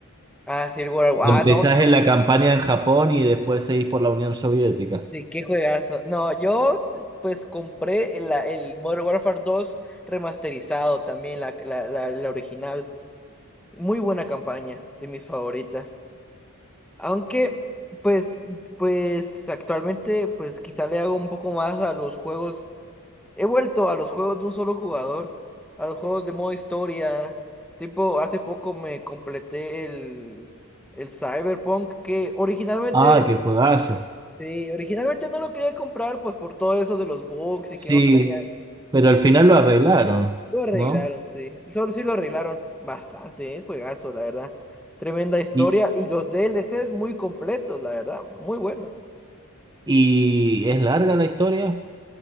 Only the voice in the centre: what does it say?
ah, sí, el World War,
ah, no, qué, ju-
sí, qué juegazo, no, yo, t- pues, compré el, la- el Modern Warfare dos remasterizado también, la, la, la la original. Muy buena campaña, de mis favoritas. Aunque, pues, pues actualmente, pues quizá le hago un poco más a los juegos. He vuelto a los juegos de un solo jugador, a los juegos de modo historia. Tipo, hace poco me completé el, el Cyberpunk, que originalmente,
sí, originalmente no lo quería comprar, pues por todo eso de los bugs
y que no traía.
Lo arreglaron,
sí. Solo sí lo arreglaron bastante, ¿eh? Juegazo, la verdad. Tremenda historia
y los D L DLCs muy completos, la verdad, muy buenos.